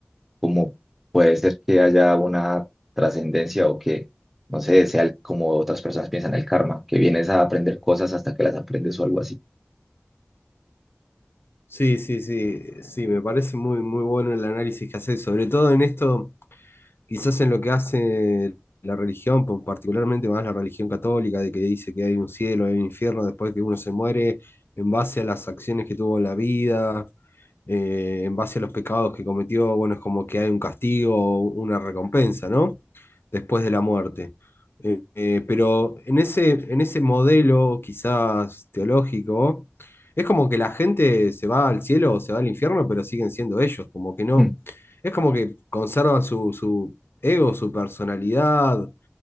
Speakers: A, in the centre; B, on the left.
A: como puede ser que haya una trascendencia o que, no sé, sea el- como otras personas piensan el karma, que vienes a aprender cosas hasta que las aprendes o algo así.
B: Sí, sí, sí, sí, me parece muy, muy bueno el análisis que haces, sobre todo en esto quizás en lo que hace la religión, po- particularmente más la religión católica, de que dice que hay un cielo, hay un infierno después que uno se muere, en base a las acciones que tuvo en la vida, eh, en base a los pecados que cometió, bueno, es como que hay un castigo, o una recompensa, ¿no? Después de la muerte. Eh, eh, pero en ese, en ese modelo quizás teológico, es como que la gente se va al cielo o se va al infierno, pero siguen siendo ellos, como que no.
A: Mm.
B: Es como que conservan su, su, ego, su personalidad,